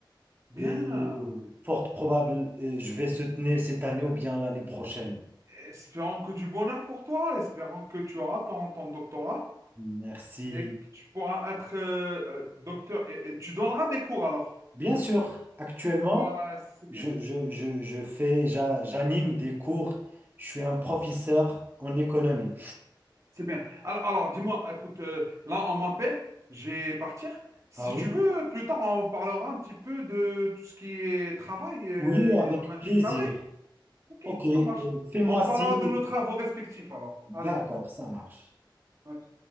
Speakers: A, on the right (about 40°); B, on the right (about 25°).
A: Bien.
B: et fort probable, euh, je vais soutenir cette année ou bien l'année prochaine.
A: Espérons que du bonheur pour toi. Espérons que tu auras ton, ton doctorat
B: Merci.
A: et que tu pourras être euh, euh, docteur. Et, et tu donneras des cours alors.
B: Bien sûr, actuellement,
A: Ouais, c'est bien.
B: je, je, je, je fais, j'a- j'anime des cours. Je suis un professeur en économie.
A: C'est bien. Alors, alors, dis-moi, écoute, euh, là, on m'appelle, je vais partir. Si
B: Ah oui?
A: tu veux, plus tard, on parlera un petit peu de tout ce qui est travail, euh,
B: Oui, avec
A: domaine
B: plaisir.
A: du travail. Ok,
B: Ok,
A: ça
B: euh,
A: marche.
B: fais-moi
A: On parlera
B: signe.
A: de nos travaux respectifs, alors.
B: D'accord,
A: Allez,
B: ça marche.
A: à tout